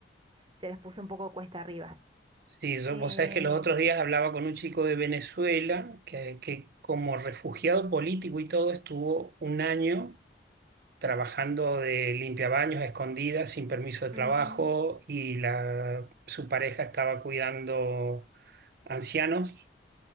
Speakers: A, on the right (about 30°); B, on the right (about 55°).
A: se les puso un poco cuesta arriba.
B: Sí, yo,
A: Eh,
B: vos sabés que los otros días hablaba con un chico de Venezuela que, que como refugiado político y todo estuvo un año trabajando de limpiabaños a escondidas, sin permiso de trabajo
A: ujú,
B: y la, su pareja estaba cuidando ancianos,